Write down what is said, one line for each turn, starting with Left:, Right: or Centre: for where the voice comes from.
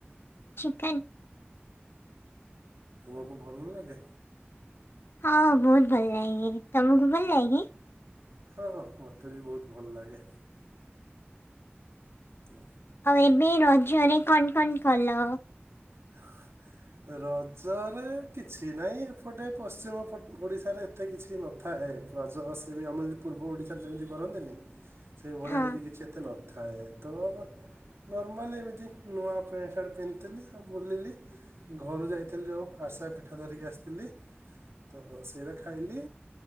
Left: ଚିକେନ।
Right: ତୁମ କୁ ଭଲ ଲାଗେ?
Left: ହଁ ବହୁତ ଭଲ ଲାଗେ, ତମକୁ ଭଲ ଲାଗେ?
Right: ହଁ ହଁ ମତେ ବି ବହୁତ ଭଲ ଲାଗେ। ହୁଁ।
Left: ଆଉ ଏବେ ରଜରେ କଣ କଣ କଲ?
Right: <unintelligible> ରଜରେ କିଛି ନାହିଁ, ଏପଟେ ପଶ୍ଚିମ ଓଡିଶାରେ ଏତେ କିଛି ସେମିତି ନଥାଏ, ରଜ ବା ସେ ଆମ ପୂର୍ବ ଓଡ଼ିଶାରେ ଯେମିତି କରନ୍ତିନି ସେ ଭଳିଆ
Left: ହଁ
Right: ଏମିତି କିଛି ଏତେ ନଥାଏ ତ ନର୍ମାଲି ଏମିତି ନୂଆ ପ୍ୟାଣ୍ଟ ସାର୍ଟ ପିନ୍ଧିଥିଲି ଆଉ ବୁଲିଲି ଘରୁ ଯାଇଥିଲି ଯୋଉ ଆରିସା ପିଠା ଧରିକି ଆସିଥିଲି। ତ ସେଇରା ଖାଇଲି